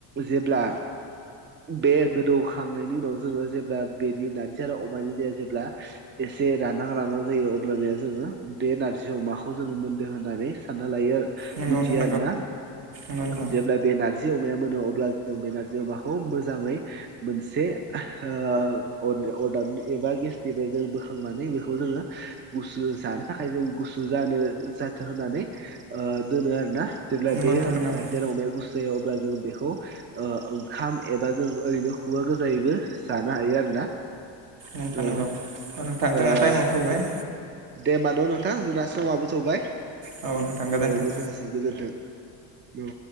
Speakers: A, on the right (about 30°); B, on the right (about 50°).
A: जेब्ला बे गोदौखांनायनि उनाव जोंङो जेब्ला बेनि नारजि आरो जेब्ला एसे रानहां रानां जायो अ जोंङो बे नारजि अमाखौ जोंङो होननानै सानना लायो आरो मिथियो
B: नंगौ नोंथां नंगौ नोंथां नंगौ नोंथां नंगौ नोंथां
A: आरो ना
B: नंगौ नोंथां
A: जेब्ला बे नारजि अमाया मोनो अब्ला जों बे नारजि अमाखौ मोजांङै मोनसे अदाब एबा गेसनिफ्राय जों बोखांनानै बेखौ जोंङो गुसु जानो थाखाय जों गुसु जानो जाथों होननानै दोनो आरो। ना जेब्ला बे
B: नंगौ
A: नारजि अमाया गुसु जायो अब्ला जों बेखौ ओंखाम एबा जों ओरैनो खुगा गोजायैबो जानो हायो आरोना।
B: नोंथां
A: औ
B: नंगौ नोंथां
A: ओ
B: टाइमावबो थौवबाय।
A: दे होमबा न' नोंथां जोंना समाबो थौबाय।
B: औ नोंथां गोजोन्थों
A: औ दसायै गोजोनथों औ।